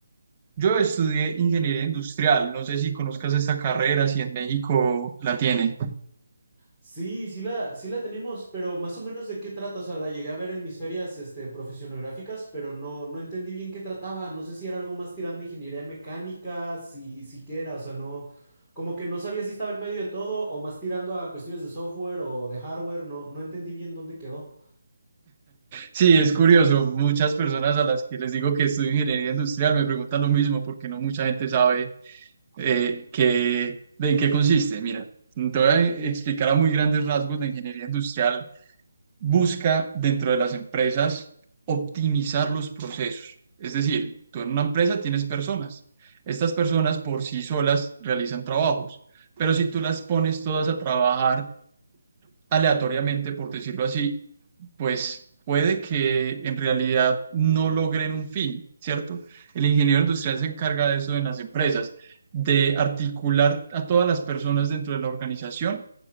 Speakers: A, on the right (about 20°); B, in the centre.
A: Yo estudié ingeniería industrial, no sé si conozcas esta carrera, si en México la tiene.
B: Sí, sí la, sí la tenemos, pero más o menos de qué trata. O sea, la llegué a ver en mis ferias, este, profesionográficas, pero no, no entendí bien qué trataba. No sé si era algo más tirando ingeniería mecánica, si, siquiera, o sea, no, como que no sabía si estaba en medio de todo o más tirando a cuestiones de software o de hardware. No, no entendí bien dónde quedó.
A: Sí, es curioso, muchas personas a las que les digo que estudio ingeniería industrial me preguntan lo mismo porque no mucha gente sabe eh, que- de en qué consiste. Mira, te voy a explicar a muy grandes rasgos la ingeniería industrial busca dentro de las empresas optimizar los procesos. Es decir, tú en una empresa tienes personas. Estas personas por sí solas realizan trabajos, pero si tú las pones todas a trabajar aleatoriamente, por decirlo así, pues puede que en realidad no logren un fin, ¿cierto? El ingeniero industrial se encarga de eso en las empresas, de articular a todas las personas dentro de la organización